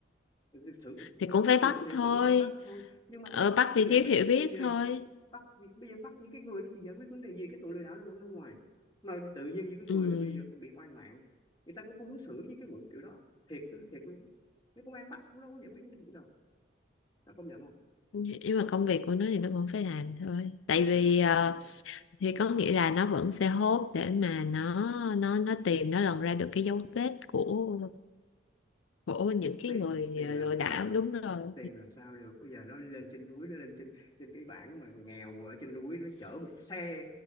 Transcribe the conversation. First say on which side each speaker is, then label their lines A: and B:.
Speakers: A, on the left; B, on the left.
A: thực sự
B: thì
A: pháp
B: cũng
A: pháp
B: phải bắt
A: luật thì
B: thôi
A: vẫn phải bắt thôi nhưng mà
B: ở
A: bây giờ
B: bắt
A: bắt thì
B: vì
A: giải
B: thiếu
A: quyết
B: hiểu
A: vấn
B: biết
A: đề gì
B: thôi
A: bắt bây giờ bắt những cái người đó thì giải quyết vấn đề gì cái tụi lừa đảo nó vẫn ở ngoài mà tự nhiên những cái người
B: ừ
A: này bây giờ bị oan mạng người ta cũng không muốn xử những cái vụ kiểu đó thiệt đó, thiệt luôn cái công an bắt cũng đâu có giải quyết vấn đề gì đâu là công nhận không
B: nhưng mà công việc của nó thì nó vẫn phải làm thôi tại
A: đúng
B: vì ờ,
A: rồi
B: thì có nghĩa là nó vẫn sẽ hốt để mà nó nó nó tìm nó lồng ra được cái dấu vết của của những cái
A: tìm
B: người
A: tìm
B: ờ,
A: làm
B: lừa
A: sao
B: đảo
A: được
B: đúng rồi
A: tìm làm sao được bây giờ nó lên trên núi nó lên trên trên cái bảng mà người nghèo ở trên núi nó chở một xe